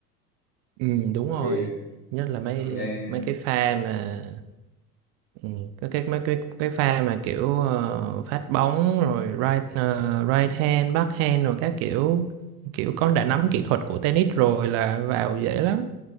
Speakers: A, on the right; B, on the left.
A: ừ, đúng
B: bởi
A: rồi
B: vì
A: nhất là mấy
B: bởi vì ngày
A: mấy cái pha mà ừ, cái cái mấy cái cái pha mà kiểu ờ, phát bóng rồi right ờ, right hand back hand rồi các kiểu kiểu con đã nắm kỹ thuật của tennis rồi là vào dễ lắm